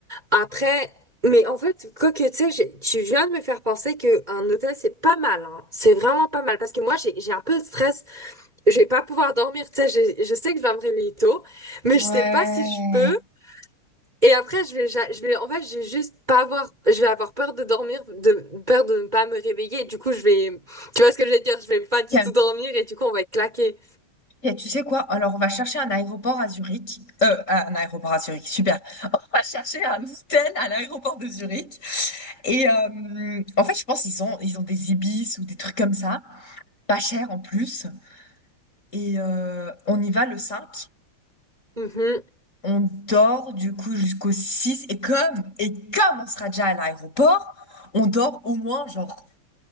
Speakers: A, on the right; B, on the left.
A: après, mais en fait, quoi que tu sais, j'ai- tu viens de me faire penser qu'un hôtel, c'est pas mal, hein. C'est vraiment pas mal, parce que moi, j'ai, j'ai un peu de stress. Je vais pas pouvoir dormir, tu sais, j'ai- je sais que je vais me réveiller tôt, mais
B: Ouais.
A: je sais pas si je peux. Et après, je vais, ja- je vais, en fait, je vais juste pas avoir, je vais avoir peur de dormir, de peur de ne pas me réveiller. Et du coup, je vais, tu vois ce que je vais dire, je vais pas du
B: Tiens,
A: tout dormir et du coup, on va être claqué.
B: tiens, tu sais quoi? Alors, on va chercher un aéroport à Zurich. Euh, un aéroport à Zurich, super. <laughs> On va chercher un hôtel à l'aéroport de Zurich. Et euh, en fait, je pense qu'ils ont, ils ont des ibis ou des trucs comme ça, pas cher en plus. Et euh, on y va le 5.
A: Mhm.
B: On dort du coup jusqu'au 6 et comme et comme on sera déjà à l'aéroport, on dort au moins genre